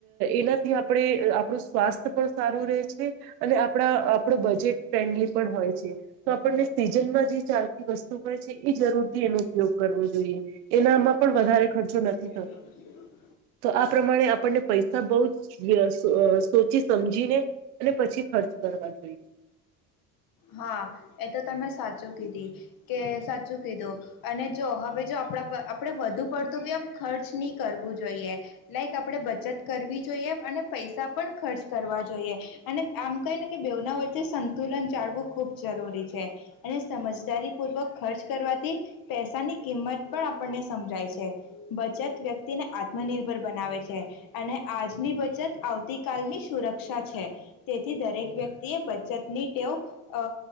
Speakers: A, on the right; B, on the left.
A: એનાથી આપણે આપણું સ્વાસ્થ્ય પણ સારું રહે છે અને આપણા આપણે બજેટ ફ્રેન્ડલી પણ હોય છે તો આપણને સીઝનમાં ચાલતી વસ્તુ હોય છે એ જરૂર થી એનો ઉપયોગ કરવો જોઈએ એનામાં પણ વધારે ખર્ચો નથી
B: <inaudible>
A: થતો તો આ પ્રમાણે આપણને પૈસા બહુ જ સોચી સમ જીને અને પછી ખર્ચ કરવા જોઈએ.
B: હા એ તો તમે સાચું કીધી કે સાચું કીધું અને જો હવે જો આપ આપણેે વધુ પડતું બી એમ ખર્ચ નહી કરવું જોઈએ લાઈક આપણે બચત કરવી જોઈએ અને પૈસા પણ ખર્ચ કરવા જોઈએ અને આમ કહીને કે બેવના વચ્ચે સંતુલન જાળવું ખૂબ જરૂરી છે અને સમજદારીપૂર્વક ખર્ચ કરવાથી પૈસાની કિંમત પણ આપણને સમજાય છે બચત વ્યક્તિને આત્મનિર્ભર બનાવે છે અને આજની બચત આવતીકાલની સુરક્ષા છે તેથી દરેક વ્યક્તિ એ બચતની ટેવ અ